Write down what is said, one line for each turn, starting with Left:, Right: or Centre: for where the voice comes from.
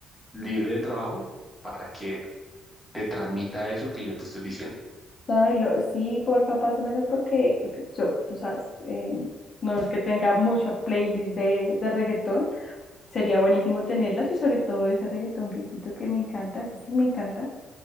Centre: libre de trabajo para que te transmita eso que yo te estoy diciendo.
Left: Ay, lo, sí, porfa, pásamelas porque yo, tú sabes, eh, no es que tenga mucha playlist de, de reggaetón. Sería buenísimo tenerlas y sobre todo ese reggaetón viejito que me encanta, ese sí me encanta.